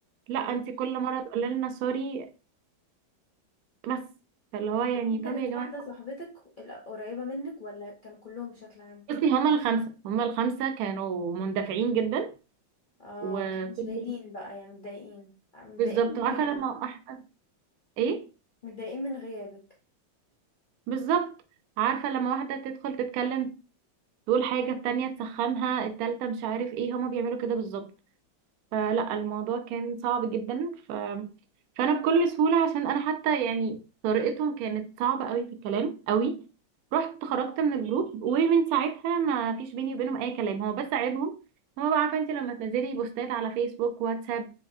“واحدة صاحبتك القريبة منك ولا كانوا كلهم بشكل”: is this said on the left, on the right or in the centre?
Left